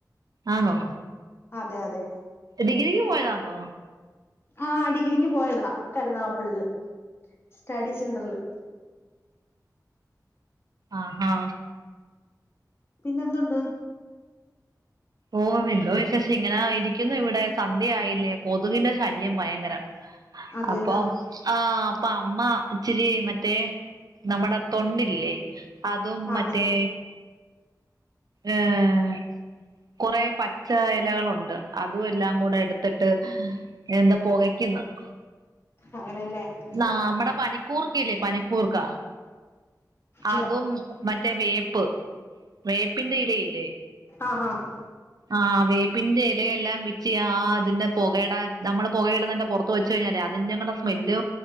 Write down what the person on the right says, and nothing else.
ആണോ
ഡിഗ്രിക്ക് പോയതാന്നോ?
ആഹാ
ഓഹ് എന്തോ വിശേഷം ഇങ്ങനെ ഇരിക്കുന്നു ഇവിടെ സന്ധ്യയായില്ലേ കൊതുകിന്റെ ശല്യം ഭയങ്കരം.
അപ്പം ആഹ് അപ്പ അമ്മ ഇച്ചിരി മറ്റേ നമ്മടെ തൊണ്ടില്ലേ? അതും
മറ്റേ ഏഹ് കൊറെ പച്ച എലകളുണ്ട് അതും എല്ലാം കൂടെ എടുത്തിട്ട് എന്താ പൊകയ്ക്ക്ന്ന് <unintelligible>
നാ
നമ്മടെ പനികൂർക്കയില്ലേ? പനികൂർക്ക
അതും മറ്റേ വേപ്പ് വേപ്പിന്റെ ഇലയില്ലേ?
ആഹ് വേപ്പിന്റെ എലയെല്ലാം പിച്ചിയാ ആ അതിന്റെ പോകേടെ നമ്മള് പൊകയയിടുന്നെന്റെ പൊറത്ത് വെച്ച് കഴിഞ്ഞാലെ അ- അതിന്റെ കൂടെ സ്മെല്ല്